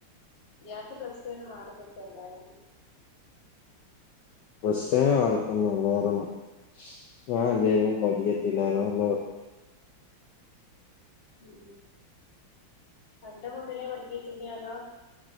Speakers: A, on the left; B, on the left.
A: ഇയാക്ക് പ്ലസ് ടു വിന് മാർക്ക് ഒക്കെ ഉണ്ടായിരുന്നോ
B: പ്ലസ് ടുവിന് മാർക്കൊന്നും ഇല്ലായിരുന്നു ഞാൻ അല്ലെലും പഠിക്കത്തില്ലായിരുന്നു
A: ഉ പണ്ട് മുതലേ പടിക്കത്തില്ലാ അതോ